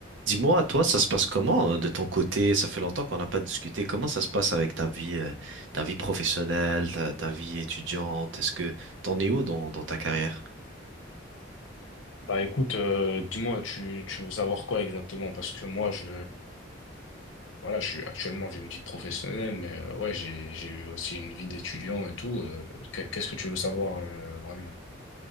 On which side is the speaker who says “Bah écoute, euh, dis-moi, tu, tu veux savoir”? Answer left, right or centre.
Left